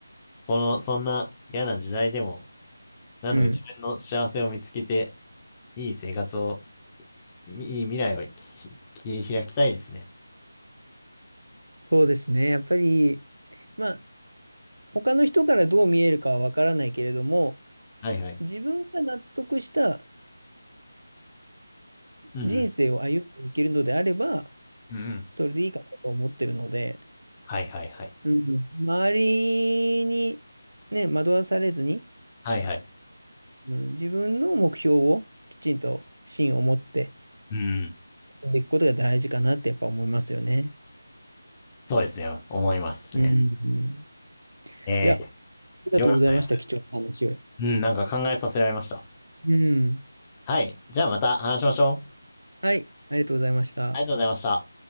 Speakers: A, on the left; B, on the right.
A: この、そんな嫌な時代でも、なんとか自分の幸せを見つけて、
B: うん。
A: いい生活をいい未来を切り開きたいですね。
B: そうですね。やっぱり、まあ、他の人からどう見えるかはわからないけれども、
A: はいはい。
B: 自分が納得した
A: うん。
B: 人生を歩んでいけるのであれば、
A: うんうん。
B: それでいいかなと思ってるので、
A: はいはいはい。
B: うん、周りに、ね、惑わされずに、
A: はいはい。
B: うん、自分の目標をきちんと芯を持って
A: うん。
B: んでいくことが大事かなってやっぱ思いますよね。
A: そうですね。思いますね。
B: うん、うん。
A: えー、
B: いや、ありがとうございました。
A: よかったです。
B: 貴重な話を。
A: うん、なんか考えさせられました。
B: うん。
A: はい。じゃあまた話しましょう。
B: はい、ありがとうございました。
A: ありがとうございました。